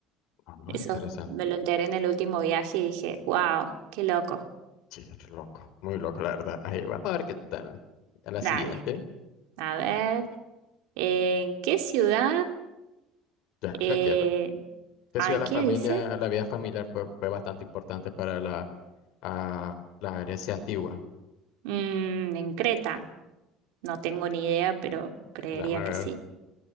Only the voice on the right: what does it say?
Eso
me lo enteré en el último viaje y dije, wow, qué loco.
Dale,
a ver, ¿en qué ciudad?
eh,
ay,
¿qué
dice?
Mm, en Creta. No tengo ni idea, pero creería
que
sí.